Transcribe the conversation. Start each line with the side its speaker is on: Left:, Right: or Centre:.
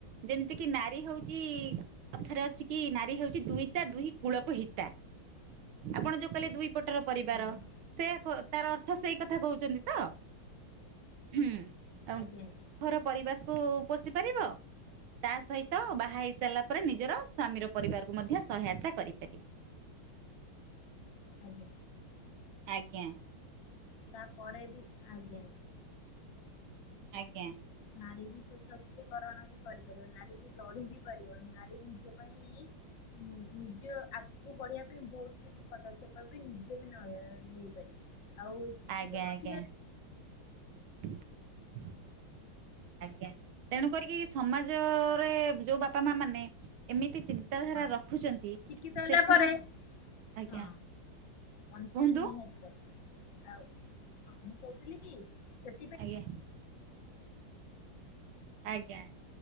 Right: ଯେମତିକି ନାରୀ ହଉଚି କଥାରେ ଅଛି କି ନାରୀ ହେଉ ଚି ଦୁଇତା ଦୁହି କୂଳକୁ ହିତା, ଆପଣ ଯୋଉ କହିଲେ ଦୁଇ ପଟର ପରିବାର
Left: ଆଜ୍ଞା ହୁଁ
Right: ସେଇଆ କ- ତାର ଅର୍ଥ ସେଇ କଥା କହୁଚନ୍ତି ତ? ହୁଁ। ଆଉ
Left: ଆଜ୍ଞା ଆଜ୍ଞା।
Right: ଘର ପରିବେଶକୁ ପୋଷି ପାରିବ। ତା ସହିତ ବାହା ହେଇ ସାରିଲା ପରେ ନିଜର ସ୍ଵାମୀର ପରିବାରକୁ ମଧ୍ୟ ସହାୟତା କରିପାରିବ।
Left: ଆଜ୍ଞା।
Right: ଆଜ୍ଞା।
Left: ତା ପରେ ବି ଆଜ୍ଞା,
Right: ଆଜ୍ଞା।
Left: ନାରୀ ବି ସୋଶକ୍ତିକରଣ ବି କରିପାରିବ, ନାରୀ ବି ଲଢି ବି ପାରିବ, ନାରୀ ବି ନିଜ <unintelligible> ହୁଁ, ନିଜ ଆଗକୁ ପଢିବା ପାଇଁ ବହୁତ କିଛି ପଦକ୍ଷେପ ବି ନିଜେ ବି ନହେ ବି। ଆଉ ଶିକ୍ଷିତ
Right: ଆଜ୍ଞା
Left: ନ
Right: ଆଜ୍ଞା
Left: ଥିଲେ
Right: <inaudible> ଆଜ୍ଞା, ତେଣୁ କରିକି ସମାଜରେ ଯୋଉ ବାପା ମା ମାନେ ଏମିତି ଚିନ୍ ତାଧାରା
Left: ହଁ
Right: ରଖୁଛନ୍ତି
Left: ଶିକ୍ଷିତ ହେଲା
Right: ସେଥିରୁ
Left: ପରେ
Right: ଆଜ୍ଞା
Left: ହଁ ବଞ୍ଚିବା
Right: କୁହନ୍ତୁ
Left: ନିିହାତି ଦରକାର। ଆଉ ହଁ ମୁଁ କହୁଥିଲି କି ସେଥିପାଇଁ
Right: ଆଜ୍ଞା ଆଜ୍ଞା।